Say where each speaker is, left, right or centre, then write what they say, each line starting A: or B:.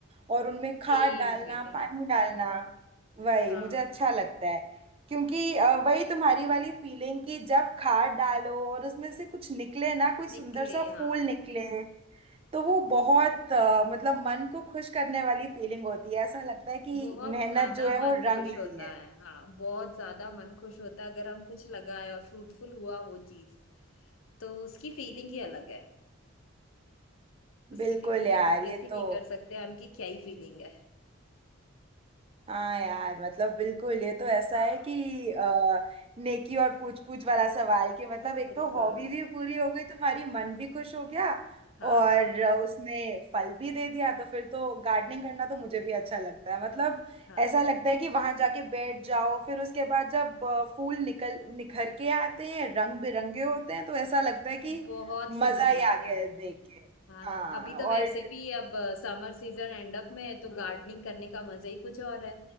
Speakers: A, on the right; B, on the left.
A: और उनमें खाद
B: Same
A: डालना
B: feeling
A: पानी डालना वही
B: हाँ
A: मुझे अच्छा लगता है क्योंकि अ, वही तुम्हारी वाली फीलिंग कि जब खाद डालो और उसमें से कुछ निकले ना कोई सुंदर
B: निकले
A: सा
B: हाँ
A: फूल निकले तो वो बहुत अ, मतलब मन को खुश करने वाली फीलिंग होती है ऐसा लगता है कि
B: बहुत
A: मेहनत
B: ज्यादा
A: जो है
B: मन
A: वो रंग
B: खुश
A: लाई
B: होता
A: है
B: है हाँ बहुत ज्यादा मन खुश होता है अगर हम कुछ लगाए और फ्रूटफुल हुआ वो चीज तो उसकी फीलिंग ही अलग है उसकी
A: बिल्कुल
B: फीलिंग
A: यार
B: एक्सप्रेस
A: ये
B: ही
A: तो
B: नहीं कर सकते हम कि क्या ही फीलिंग है
A: हाँ यार मतलब बिल्कुल ये तो ऐसा
B: हाँ
A: है कि आ, नेकी और पूछ पूछ वाला सवाल कि मतलब एक
B: बिल्कुल
A: तो हॉबी भी पूरी हो गई तुम्हारी मन भी खुश हो गया
B: हाँ
A: और
B: हाँ
A: उसने फल भी दे दिया तो फिर तो गार्डनिंग करना तो मुझे भी अच्छा लगता है मतलब
B: हाँ
A: ऐसा लगता है कि वहां जाके बैठ जाओ फिर उसके बाद जब अ, फूल निकल निखर के आते हैं रंग बिरंगे होते हैं तो ऐसा लगता है
B: तो
A: कि
B: बहुत
A: मजा
B: सुंदर
A: ही
B: लगता
A: आ गया
B: है
A: है देख के
B: हाँ
A: हाँ
B: ना अभी तो
A: और
B: वैसे भी अब समर सीजन एंड अप में है तो गार्डनिंग करने का मजा ही कुछ और है